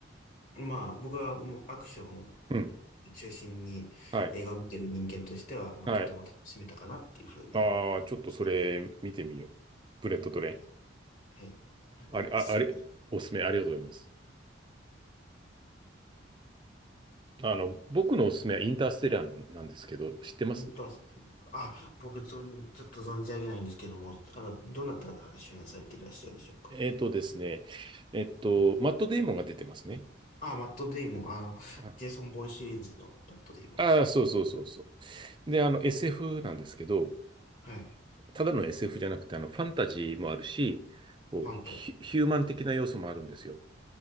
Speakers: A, on the left; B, on the right.
A: まあ、僕はもうアクション
B: うん。
A: 中心に映画を見てる人間としては、
B: はい。
A: まあ、
B: はい。
A: とても楽しめたかなっていうふうに、
B: ああ、ちょっとそれ見てみよう。
A: そうですね。
B: ブレッドトレイン。
A: はい。はいあ、
B: あり、
A: おすすめ。
B: あ、あり、おすすめありがとうございます。あの、僕のおすすめはインターステラーなんですけど、知ってます
A: インタースティあ、僕、存ちょっと存じ上げないんですけども、あの、どなたが主演されていらっしゃるでしょうか
B: えっとですね、えっと、マット・デイモンが出てますね。
A: あ、マットデイモン、あの、
B: あ
A: ジェイソン・ボーンシリーズのマットデイモンですね。
B: あー、そうそうそうそう。で、あの、SF なんですけど、
A: はい。
B: ただの SF じゃなくて、あの、ファンタジーもあるし、こう、
A: ファンタジ
B: ヒ、ヒューマン的な要素もあるんですよ。